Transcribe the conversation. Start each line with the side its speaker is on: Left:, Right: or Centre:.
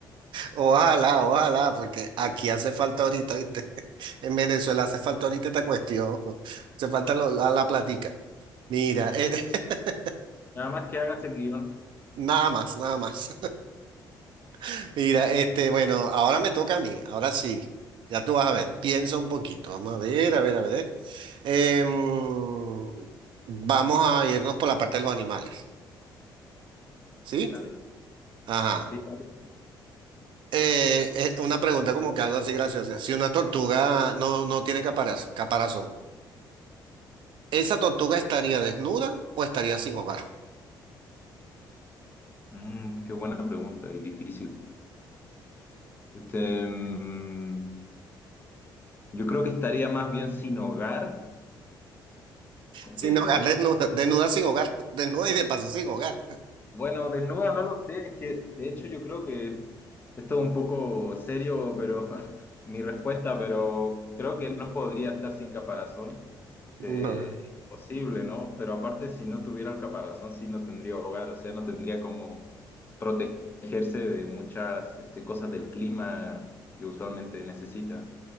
Right: Ojalá, ojalá, porque aquí hace falta ahorita, ¿viste? <laughs> En Venezuela hace falta ahorita esta cuestión. Hace falta lo- la, la platica. Mira,
Left: Pues
Right: eh,
Left: sí,
Right: <laughs>
Left: nada más que hagas el guión.
Right: nada más, nada más. <laughs> Mira, este, bueno, ahora me toca a mí, ahora sí. Ya tú vas a ver, piensa un poquito. Vamos a ver, a ver, a ver. eh. Em, vamos a irnos por la parte de los animales, ¿sí?
Left: Dale.
Right: Ajá.
Left: Sí, dale.
Right: Eh, eh, una pregunta como que algo así graciosa. Si una tortuga no, no tiene caparaz- caparazón, ¿Esa tortuga estaría desnuda o estaría sin hogar?
Left: Mm, qué buena pregunta y difícil. Este, mm, yo creo que estaría más bien sin hogar, porque
Right: Sin hogar, desnuda, desnuda sin hogar, <laughs> desnuda y de paso sin hogar.
Left: Bueno, desnuda no lo sé, es que de hecho yo creo que esto es un poco serio, pero <laughs> mi respuesta, pero creo que no podría estar sin caparazón. Este,
Right: No.
Left: imposible, ¿no? Pero aparte, si no tuviera el caparazón, sí no tendría hogar, o sea, no tendría como protegerse de muchas este, cosas del clima que usualmente necesita.